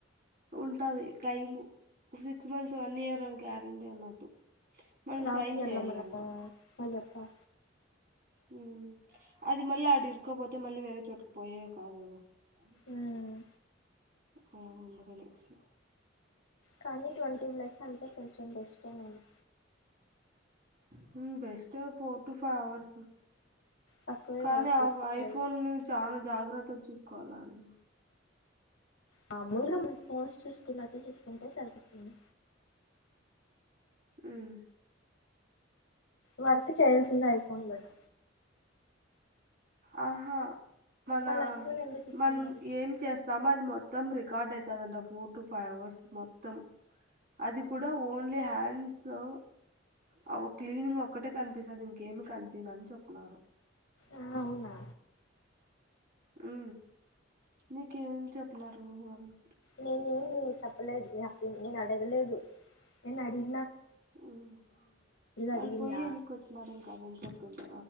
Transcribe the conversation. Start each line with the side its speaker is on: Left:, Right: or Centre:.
Right: ఉంటాది. టైము హ్ సిక్స్ మంత్స్ వన్ ఇయర్ అని గ్యారంటీ అన్నట్టు మనం
Left: రాశి
Right: సైన్
Left: ఎలా
Right: చేయాలంట
Left: మనకు పోయ్యప్పా
Right: మ్మ్ అది మళ్ళీ అడి ఇకపోతే మళ్ళీ వరే చోటుకి పోయే కాదు కదా ఫ్యామిలీ వచ్చినింది
Left: ఉమ్
Right: హ్మ్ ఎందుకు అనేసి
Left: కానీ ట్వంటీ బ్లెస్ట్ అంటే కొంచెం బెస్టె నేను
Right: హ్మ్ best four to five hours
Left: తక్కువే
Right: కానీ
Left: కదా పోతుంటాయి
Right: ఆ ఐఫోన్ చాలా జాగ్రత్తగా చూస్ కొలన్
Left: మామూలుగా మై ఫోన్స్ చూసుకున్నట్టు చూసుకుంటే సరిపోతుంది.
Right: హ్మ్
Left: వర్క్ చేయాలచ్చిందే ఐఫోన్ందువల్ల
Right: ఆహా మన
Left: వాళ్ళు ఐఫోన్ ఎందుకు ఇచ్చేవాళ్ళు
Right: మనం ఏం చేస్ సమాధి మొత్తం రికార్డ్ అవుతదంట ఫోర్ టు ఫైవ్ అవర్స్ మొత్తం అది కూడా ఓన్లీ హ్యాండ్ సో అ క్లీనింగ్ ఒక్కటే కనిపిస్తుంది ఇంకేమి కనిపిదాని చెప్నరు
Left: ఆ అవునా
Right: ఊ నీకేం చెప్నరు వాళ్ళు
Left: నేనే ఏమి చెప్పలేదు నా నేను అడగలేదు నేను అడిగి
Right: హాహ్ వాళ్ళు
Left: అడిగిందా
Right: పోయి ఎనికి వచ్చినరు కాదని చెప్తుంటే